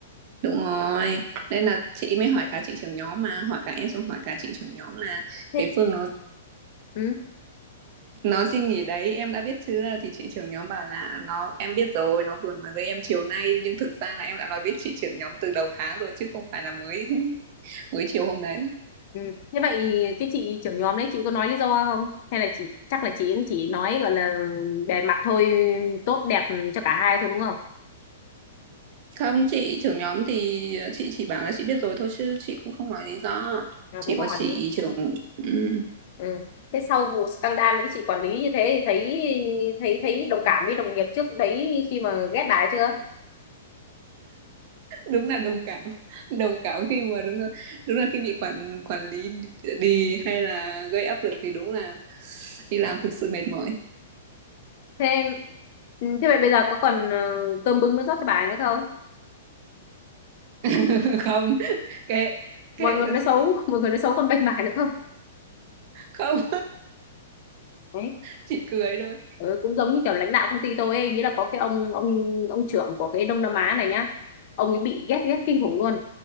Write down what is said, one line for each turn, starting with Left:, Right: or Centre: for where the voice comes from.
Right: đúng rồi nên là chị mới hỏi cả chị trưởng nhóm mà hỏi cả em xong hỏi cả chị trưởng nhóm là
Left: thế
Right: cái Phương nó
Left: ừ.
Right: Nó xin nghỉ đấy, em đã biết chưa? Thì chị trưởng nhóm bảo là nó em biết rồi, nó vừa nói với em chiều nay nhưng thực ra là em đã nói với chị trưởng nhóm từ đầu tháng rồi chứ không phải là mới <laughs> mới chiều hôm đấy.
Left: Ừ. Thế vậy cái chị trưởng nhóm đấy chị có nói lý do không? Hay là chị chắc là chị cũng chỉ nói gọi là bề mặt thôi, tốt đẹp cho cả hai thôi đúng không?
Right: Không, chị trưởng nhóm thì chị chỉ bảo là chị biết rồi thôi chứ chị cũng không nói lý do.
Left: à,
Right: Chỉ
Left: cũng hỏi
Right: có chị
Left: đấy.
Right: trưởng ừ.
Left: Ừ. Thế sau vụ scandal với cái chị quản lý như thế thì thấy thấy thấy đồng cảm với đồng nghiệp trước đấy khi mà ghét bà ấy chưa?
Right: đúng là đồng cảm, <laughs> đồng cảm khi mà đúng là đúng là khi bị quản quản lý đi hay là gây áp lực thì đúng là đi làm thực sự mệt mỏi.
Left: Thế ừ, thế vậy bây giờ có còn ờ, cơm bưng nó rót cho bà ấy nữa không?
Right: <laughs> không, kệ
Left: Mọi
Right: kệ
Left: người
Right: cho
Left: nói xấu,
Right: chị.
Left: <laughs> mọi người nói xấu còn bênh bà ấy nữa không?
Right: Không
Left: Đấy.
Right: chỉ cười thôi
Left: Ừ, cũng giống như kiểu lãnh đạo công ty tôi ấy, nghĩa là có cái ông ông ông trưởng của cái Đông Nam Á này nhá ông ấy bị ghét ghét kinh khủng luôn